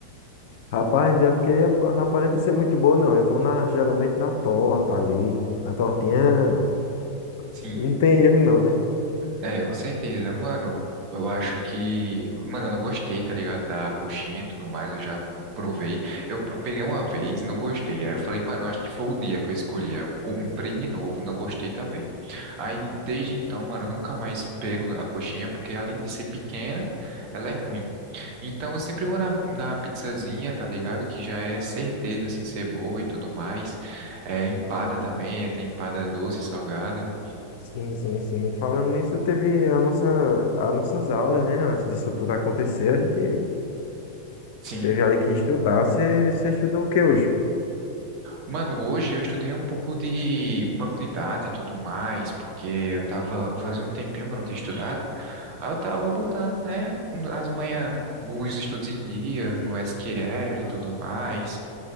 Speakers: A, on the left; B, on the right.
A: Rapaz, não é porque não aparenta ser muito boa, não. Eu vou na, geralmente na torta ali. Na tortinha
B: Sim.
A: não tem erro, não, né?
B: É, com certeza. Mano, eu acho que. Mano, eu não gostei, tá ligado? Da coxinha e tudo mais, eu já provei. Eu peguei uma vez, não gostei. Aí eu falei, mano, eu acho que foi o dia que eu escolhi. Aí Eu comprei de novo, não gostei também. Aí desde então, mano, eu nunca mais pego a coxinha, porque além de ser pequena, ela é ruim. Então eu sempre vou na, na pizzazinha, tá ligado? Que já é certeza, assim, ser boa e tudo mais. É, empada também, tem empada doce, salgada.
A: Sim, sim, sim. Falando nisso, teve a nossa, as nossas aulas, né? Antes disso tudo acontecer, a gente
B: Sim,
A: teve ali que estudar. Você você estudou o que hoje?
B: Mano, hoje eu estudei um pouco de banco de dados e tudo mais, porque eu tava, fazia um tempinho que eu não tinha estudado, aí eu tava botando, né, um- as manhã, os estudos em dia, no SQL e tudo mais.